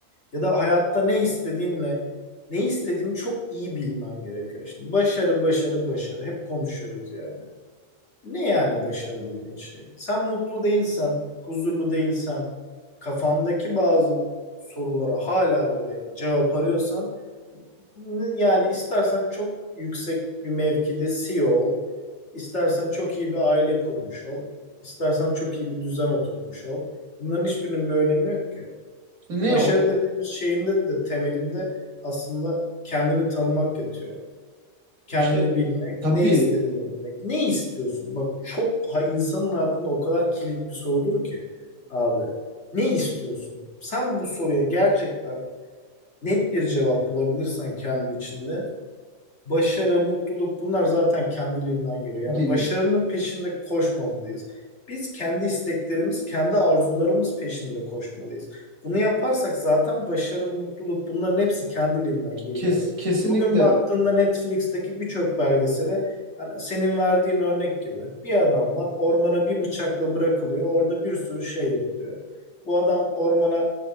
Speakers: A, on the left; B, on the right.
A: Ya da hayatta ne istediğinle ne istediğini çok iyi bilmen gerekiyor. Şimdi başarı, başarı, başarı. Hep konuşuyoruz yani. Ne yani başarı dediğin şey? Sen mutlu değilsen, huzurlu değilsen, kafandaki bazı sorulara hala böyle cevap arıyorsan, n- yani istersen çok yüksek bir mevkide CEO ol, istersen çok iyi bir aile kurmuş ol, istersen çok iyi bir düzen oturtmuş ol. Bunların hiçbirinin bir önemi yok ki.
B: İşte ne
A: Başarı
B: o?
A: dediğimiz şeyin de de temelinde aslında kendini tanımak yatıyor. Kendini
B: İşte
A: bilmek,
B: tabii
A: ne istediğini bilmek. Ne istiyorsun? Bak çok ha, insanın hayatında o kadar kilit bir sorudur ki abi. Ne istiyorsun? Sen bu soruya gerçekten net bir cevap bulabilirsen kendi içinde Başarı, mutluluk bunlar zaten kendiliğinden geliyor.
B: geliyor.
A: Yani başarının peşinde koşmamalıyız. Biz kendi isteklerimiz, kendi arzularımız peşinde koşmalıyız. Bunu yaparsak zaten başarı, mutluluk bunların hepsi kendiliğinden geliyor.
B: Kes, kesinlikle
A: Bugün baktığında Netflix'teki birçok belgesele yani senin verdiğin örnek gibi bir adam var ormana bir bıçakla bırakılıyor. Orada bir sürü şey yapılıyor. Bu adam ormana